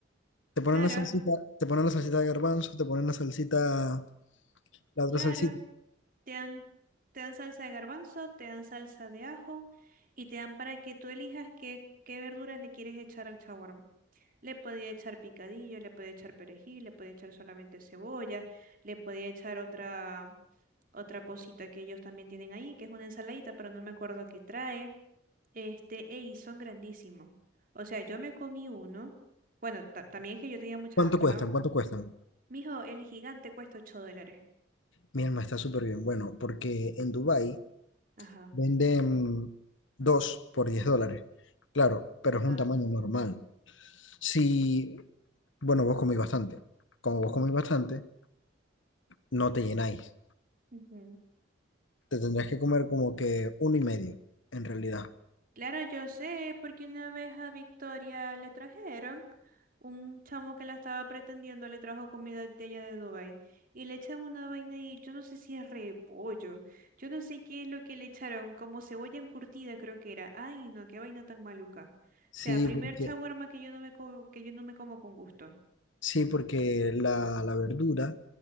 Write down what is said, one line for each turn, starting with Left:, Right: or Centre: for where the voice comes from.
Left: ¿Te ponen
Right: Claro,
Left: la salsita? ¿Te ponen la salsita de garbanzo? ¿Te ponen la salsita, la otra
Right: claro.
Left: salsita?
Right: Te dan, te dan salsa de garbanzo, te dan salsa de ajo y te dan para que tú elijas qué, qué verduras le quieres echar al shawarma. Le podía echar picadillo, le podía echar perejil, le podía echar solamente cebolla, le podía echar otra, otra cosita que ellos también tienen ahí, que es una ensaladita, pero no me acuerdo qué trae. Este, ey, son grandísimos. O sea, yo me comí uno. Bueno, ta- también es que yo tenía mucha
Left: ¿Cuánto
Right: hambre,
Left: cuestan?
Right: ¿no?
Left: ¿Cuánto cuestan?
Right: Mijo, el gigante cuesta 8 dólares.
Left: Mi alma está súper bien. Bueno, porque en Dubái
Right: Ajá,
Left: venden dos por 10 dólares. Claro, pero
Right: ajá.
Left: es un tamaño normal. Si, bueno, vos comís bastante. Como vos
Right: Ok.
Left: comís bastante, no te llenáis.
Right: Ujú.
Left: Te tendrías que comer como que uno y medio, en realidad.
Right: Claro, yo sé, porque una vez a Victoria le trajeron, un chamo que la estaba pretendiendo le trajo comida de ella de Dubái y le echan una vaina y yo no sé si es repollo, yo no sé qué es lo que le echaron, como cebolla encurtida creo que era. Ay, no, qué vaina tan maluca. O
Left: Sí,
Right: sea, primer
Left: porque,
Right: chaguarma que yo no me co- que yo no me como con gusto.
Left: sí, porque la, la verdura